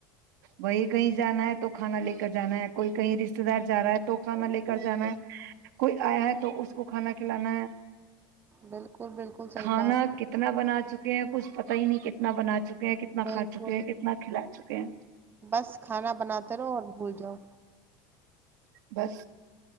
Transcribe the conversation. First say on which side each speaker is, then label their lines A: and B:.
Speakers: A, on the right; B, on the right.
A: وہی کہیں جانا ہے تو کھانا لے کر جانا ہے کوئی کہیں رشتے دار جا رہا ہے تو تو خانا
B: بالکل
A: لے کر جانا ہے کوئی آیا ہے تو اس آ کو کھانا کھلانا ہے
B: بالکل بالکل صحیح
A: کھانا
B: کہا آپ نے
A: کتنا بنا ہیں کچھ پتا ہی نہیں کتنا بنا چک ک ہیں کتنا
B: بالکل
A: کا چکے ہیں کتنا
B: بالکل۔
A: کھلا چکے ہیں
B: بس کھانا بناتے رہو اور بھول جاؤ
A: بس